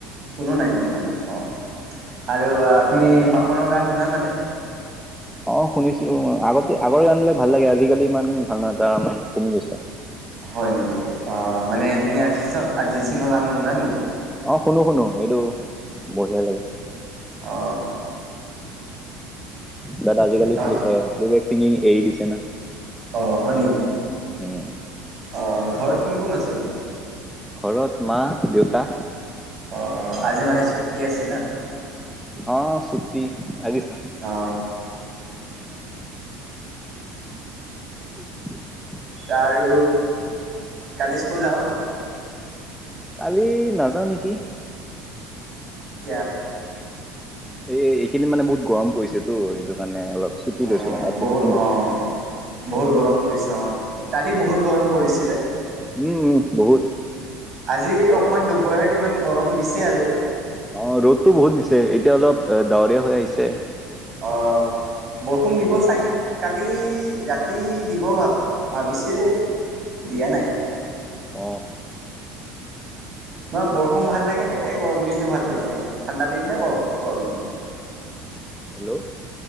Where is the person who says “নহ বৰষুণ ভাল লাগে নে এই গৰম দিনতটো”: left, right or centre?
Right